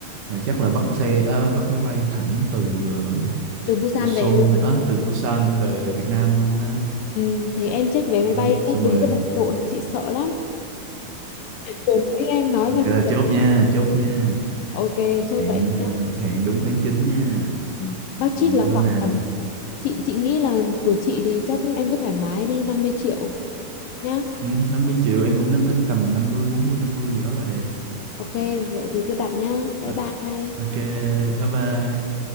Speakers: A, on the right; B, on the left.
A: rồi chắc là bắt xe ờ, bắt máy bay thẳng từ ờ,
B: từ Busan
A: từ Seoul
B: về luôn.
A: á từ Busan về Việt Nam luôn ha
B: Ừ, thế em check vé máy
A: Đó,
B: bay
A: xong
B: nhé, đừng
A: rồi
B: có đặt lộn, chị sợ lắm. Vừa nãy em nói
A: ok
B: mà chị sợ.
A: chốt nha chốt nha
B: Ok, chốt
A: hẹn
B: vậy nha.
A: ờ, hẹn đúng tháng 9 nha
B: Ừ. Budget
A: đừng
B: là
A: quên
B: khoảng
A: à
B: tầm, chị chị nghĩ là của chị thì chắc em cứ thoải mái đi 50 triệu nhá.
A: Ừ, 50 triệu em cũng đang tính cầm 50, 40, 50 gì đó là đẹp.
B: Ok, vậy thì cứ đặt nhá. Bye
A: Ừ,
B: bye.
A: ok, bye bye.